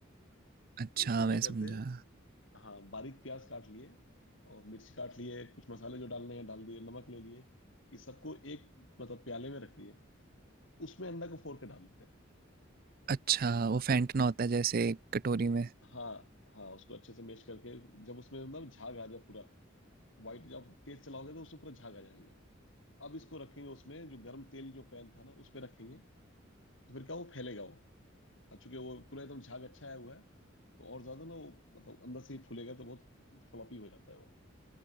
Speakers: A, on the right (about 45°); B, on the left (about 70°).
A: अच्छा
B: तो उसको क्या
A: मैं
B: करते
A: समझा
B: हैं हाँ बारीक प्याज काट लिए और मिर्ची काट लिए कुछ मसाले जो डालने हैं डाल दिए नमक ले लिए ये सबको एक मतलब प्याले में रख दिए उसमें अंडा को फोड़ के डाल देते हैं
A: अच्छा वो फेंटना होता है जैसे एक कटोरी में
B: हाँ हाँ उसको अच्छे से मैश करके जब उसमें मतलब झाग आ जाए पूरा व्हाइट जब आप तेज चलाओगे तो उससे पूरा झाग आ जाएंगे अब इसको रखेंगे उसमें जो गर्म तेल जो पैन था ना उस पे रखेंगे तो फिर क्या वो फैलेगा वो और चूंकि वो पूरा एकदम झाग अच्छा आया हुआ है तो और ज्यादा ना वो मतलब अंदर से ही फूलेगा तो बहुत फ्लॉपी हो जाता है वो